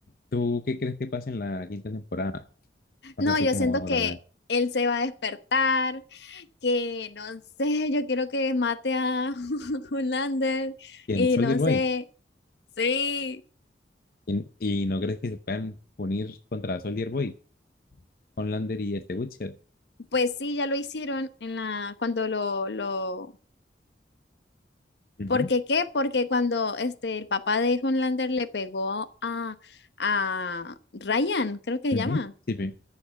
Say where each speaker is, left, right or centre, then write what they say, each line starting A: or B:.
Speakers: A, on the left; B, on the left.
A: ¿Tú qué crees que pase en la quinta temporada? Pasa
B: No,
A: así
B: yo
A: como
B: siento
A: ahora,
B: que
A: ¿no?
B: él se va a despertar, que no sé, yo quiero que mate a <laughs> Hulander
A: ¿Y en
B: y
A: Soldier
B: no
A: Boy?
B: sé. Sí,
A: ¿Y, en- y no crees que se puedan unir contra Soldier Boy? Homelander y este Witcher.
B: pues sí, ya lo hicieron en la cuando lo lo
A: Ujú,
B: ¿Por qué qué? Porque cuando este el papá de Hulander le pegó a a Ryan, creo que se
A: ujú,
B: llama.
A: sí, sí.